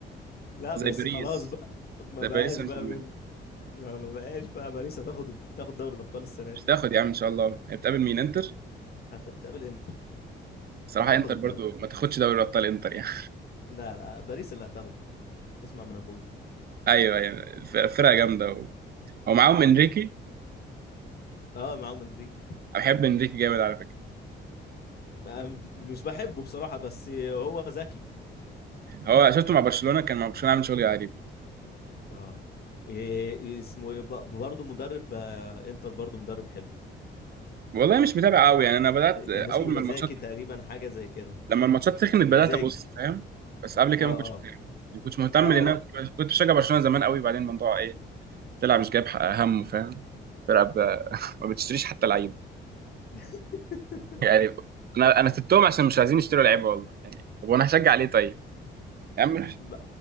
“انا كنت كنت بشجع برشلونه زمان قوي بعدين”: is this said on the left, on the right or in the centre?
Right